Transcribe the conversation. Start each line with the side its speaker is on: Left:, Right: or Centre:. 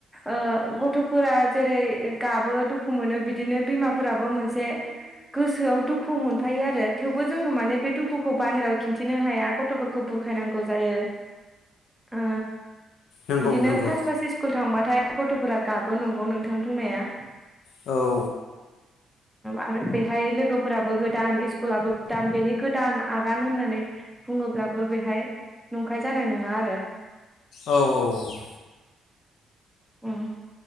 Centre: ओ गथ'फोरा जेरै गाबो दुखु मोनो बिदिनो बिमाफोराबो मोनसे गोसोआव दुखु मोनफायो आरो थेवबो जोङो माने बे दुखुखौ बाहेरायाव खिन्थिनो हाया गथ'फोरखौ बुरखायनांगौ जायो ओ
Left: नंगौ
Centre: बिदिनो
Left: नंगौ
Centre: फास फास स्कुल थांबाथाय गथ'फोरा गाबो नंगौ नोंथां बुंनाया
Left: औ
Centre: आरो बेहाय लोगोफोराबो गोदान स्कुलाबो गोदान बेनि गोदान आगान होननानै बुङोब्लाबो बेहाय नंखाय जानाय नङा आरो
Left: औ औ
Centre: उम